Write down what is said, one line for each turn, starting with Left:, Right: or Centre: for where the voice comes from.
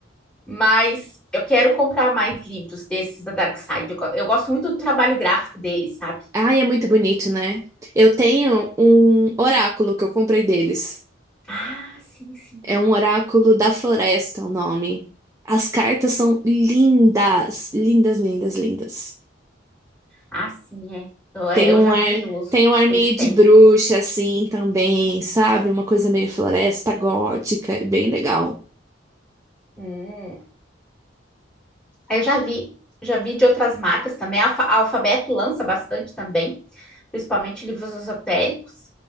Centre: Mas eu quero comprar mais livros desses da Dark Side. Eu, go- eu gosto muito do trabalho gráfico deles, sabe?
Right: Ai, é muito bonito, né? Eu tenho um oráculo que eu comprei deles.
Centre: Ah, sim, sim.
Right: É um oráculo da floresta, o nome. As cartas são lindas, lindas, lindas, lindas.
Centre: Ah, sim, é. Eu, é,
Right: Tem
Centre: eu
Right: um
Centre: já
Right: ar,
Centre: vi os,
Right: tem
Centre: os
Right: um ar
Centre: que
Right: meio
Centre: eles
Right: de
Centre: têm.
Right: bruxa assim também, sabe? Uma coisa meio floresta gótica, é bem legal.
Centre: Hum. Aí eu já vi, já vi de outras marcas também. A, Alfa- a Alfabeto lança bastante também, principalmente livros esotéricos.